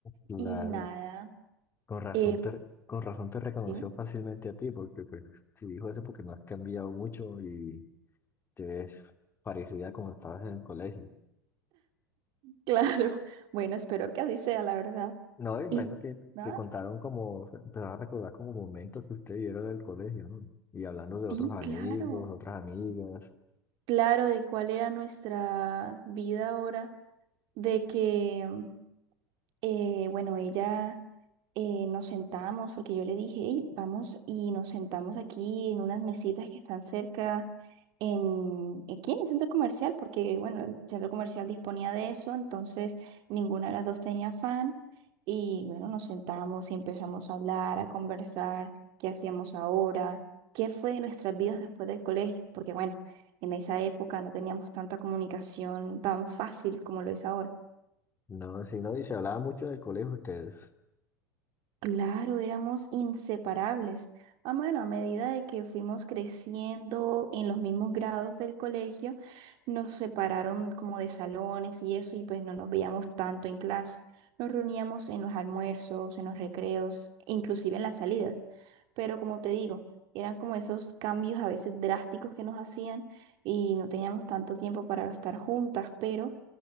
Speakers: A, on the left; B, on the right.
A: Claro,
B: Y nada,
A: Con razón
B: eh,
A: te, con razón te reconoció
B: dime. <laughs>
A: fácilmente a ti, porque pues si dijo eso porque no has cambiado mucho y te ves parecida como estabas en el colegio.
B: Claro, bueno, espero que así sea, la verdad.
A: No, imagino
B: Y
A: que,
B: nada,
A: que contaron como, empezaron a recordar como momentos que ustedes vieron en el colegio, ¿no? Y hablando de
B: sí,
A: otros amigos,
B: claro.
A: otras amigas.
B: claro de cuál era nuestra vida ahora, de que mm, eh, bueno, ella eh, nos sentamos porque yo le dije, "Ey, vamos y nos sentamos aquí en unas mesitas que están cerca, en, aquí en el centro comercial, porque bueno, el centro comercial disponía de eso, entonces ninguna de las dos tenía fan. Y bueno, nos sentamos y empezamos a hablar, a conversar, qué hacíamos ahora, qué fue de nuestras vidas después del colegio, porque bueno, en esa época no teníamos tanta comunicación tan fácil como lo es ahora.
A: No, si no, y se hablaba mucho del colegio ustedes.
B: Claro, éramos inseparables. Ah, bueno, a medida de que fuimos creciendo en los mismos grados del colegio, nos separaron como de salones y eso, y pues no nos veíamos tanto en clase. Nos reuníamos en los almuerzos, en los recreos, inclusive en las salidas. Pero como te digo, eran como esos cambios a veces drásticos que nos hacían y no teníamos tanto tiempo para estar juntas, pero